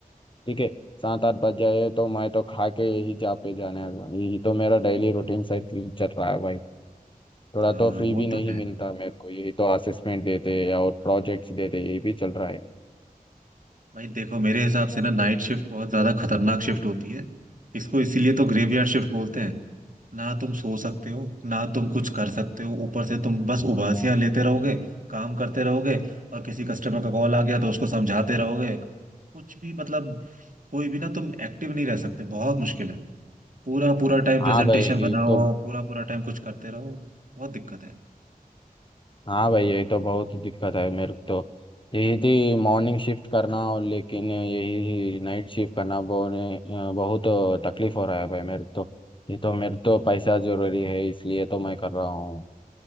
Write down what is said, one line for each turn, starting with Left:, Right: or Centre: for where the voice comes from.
Left: ठीक है सात आठ बज जाए तो मैं तो खा के यही जा पे जाने वाला हूँ। यही तो मेरा डेली रूटीन साइकिल चल रहा है भाई थोड़ा
Right: हाँ,
Left: तो फ्री
Right: वो
Left: भी नहीं
Right: तो है
Left: मिलता मेरे को यही तो असेसमेंट देते या और प्रोजेक्ट्स देते हैं, यही भी चल रहा है
Right: भाई देखो मेरे हिसाब से ना नाइट शिफ्ट बहुत ज्यादा खतरनाक शिफ्ट होती है इसको इसीलिए तो ग्रेवयार्ड शिफ्ट बोलते हैं ना तुम सो सकते हो ना तुम कुछ कर सकते हो ऊपर से तुम बस उबासियां लेते रहोगे काम करते रहोगे और किसी कस्टमर का कॉल आ गया तो उसको समझाते रहोगे कुछ भी मतलब कोई भी ना तुम एक्टिव नहीं रह सकते बहुत मुश्किल है पूरा पूरा टाइम प्रेजेंटेशन
Left: हाँ भाई ये
Right: बनाओ
Left: तो
Right: पूरा पूरा टाइम कुछ करते रहो बहुत दिक्कत है
Left: हाँ भाई यही तो बहुत दिक्कत है मेरे को तो यही थी मॉर्निंग शिफ्ट करना और लेकिन यही नाइट शिफ्ट करना बोने- अ, बहुत तकलीफ हो रहा है भाई मेरे को तो ये तो मेरे तो पैसा जरूरी है इसलिए तो मैं कर रहा हूँ